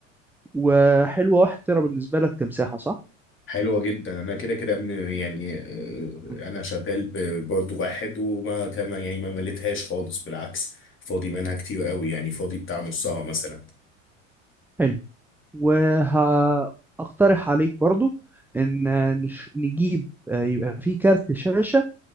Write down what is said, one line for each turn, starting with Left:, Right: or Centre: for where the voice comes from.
Centre: وحلوه 1 تيرا بالنسبه لك كمساحه صح
Left: حلوة جدا أنا كده كده م- يعني آه،
Centre: مم.
Left: أنا شغال ب- برضه واحد وما كما يعني ما مليتهاش خالص بالعكس فاضي منها كتير قوي يعني فاضي
Centre: مم.
Left: بتاع نصها مثلا
Centre: حلو وهقترح عليك برضو ان نش- نجيب آه، يبقى في كارت شاشة